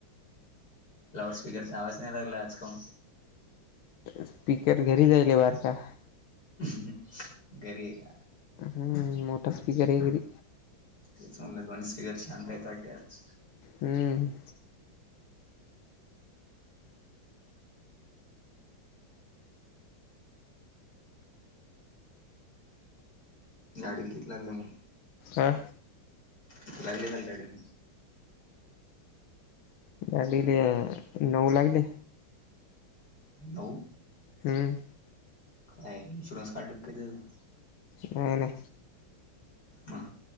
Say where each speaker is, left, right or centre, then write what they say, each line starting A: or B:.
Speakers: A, on the left; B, on the left.
A: लाउड स्पीकरचा आवाज नाही लागला, आज काहून.
B: स्पीकर घरी जाईल बर का.
A: हम्म, घरी आहे का?
B: हम्म मोठा स्पीकर हेय घरी.
A: तेच म्हणलं, दोन स्पीकर शांत आहेत वाटते आज?
B: हम्म.
A: गाडीला किक लागल्या मग.
B: हा.
A: किती लागले काल गाडीने.
B: गडीले नऊ लागले.
A: नऊ.
B: हम्.
A: काय इन्शुरन्स काढलंत काय त्येच?
B: हा ना.
A: हा.